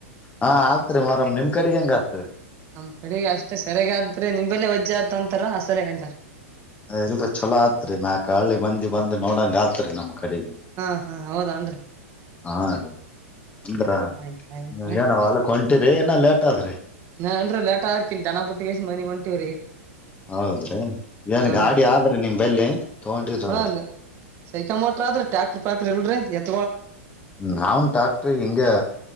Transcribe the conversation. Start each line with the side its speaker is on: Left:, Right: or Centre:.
Left: ಹಾ ಆತ್ರಿ ಮಾರಮ್ ನಿಮ್ ಕಡೆಗೆ ಹೆಂಗ ಆತ್ರಿ
Right: ನನ್ ಸರಿಗ ಅಷ್ಟೇ ಸರಿಯಾಗೆ ಆದ್ರೆ ನಿಮ್ದೆಲ್ಲ ವಜ್ಜ್ಯ ಆದಂತ್ ತರ <unintelligible>
Left: ಇಲ್ರಿ ಚೊಲೋ ಆತ್ರಿ ನಾಲ್ಕ ಹಳ್ಳಿ ಮಂದಿ ಬಂದು ನೋಡಂಗ ಆತ್ರಿ ನಮ್ ಕಡೆಗೆ
Right: ಹಾ ಹಾ ಹೌದಾನ್ರಿ
Left: ಹಾ ಅದೇ <inaudible> ಅಂದ್ರ
Right: ಆಯ್ತ್ ಆಯ್ತ್ರಿ
Left: ನೀ ಏನ ಅಲ್ ಹೊಂಟಿರಿ ಏನ ಲೇಟ್ ಆದ್ರಿ
Right: ನಾ ಅಲ್ರಿ ಲೇಟ್ ಆದ್ರಕಿಲ್ ದನ ಬುಟ್ಟಿಗೇಸಿ ಮನಿಗ್ ಹೊಂಟಿವ್ರಿ
Left: ಹೌದ್ರಿ ಏನ್
Right: ಹಾ
Left: ಗಾಡಿ ಆದ್ರೆ ನಿಮ್ದ್ ಅಲ್ಲಿ ತಗೊಂಡಿದ್ರಲ್ರಿ
Right: ಹಾ ಸೈಕಲ್ ಮೋಟ್ರ್ ಆದ್ರ ಟ್ಯಾಕ್ಟ್ರು ಪಾಕ್ರು ಇಲ್ರಿ ಎದ್
Left: ನಾವನ್ ಟಾಕ್ಟ್ರಿ ಹಿಂಗ